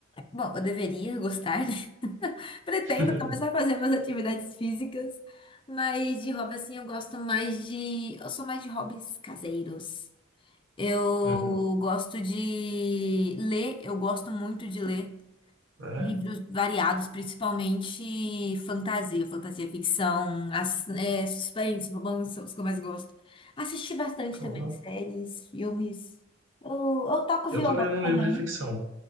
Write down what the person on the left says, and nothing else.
Bom, eu deveria gostar, né? <laughs> Pretendo
começar a fazer minhas atividades físicas, mas de hobby, assim, eu gosto mais de. Eu sou mais de hobbies caseiros. Eu
gosto de ler, eu gosto muito de ler.
Livros variados, principalmente fantasia, fantasia ficção, as- é, suspense, romance, são os que eu mais gosto. Assisti bastante
também séries, filmes. Eu, eu toco
violão
também.